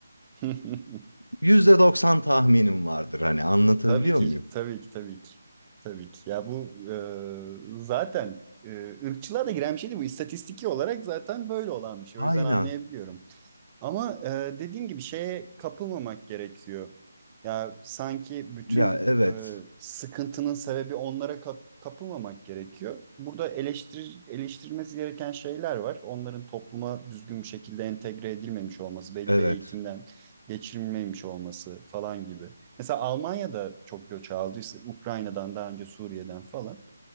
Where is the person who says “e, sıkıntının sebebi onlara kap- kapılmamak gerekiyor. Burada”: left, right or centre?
Right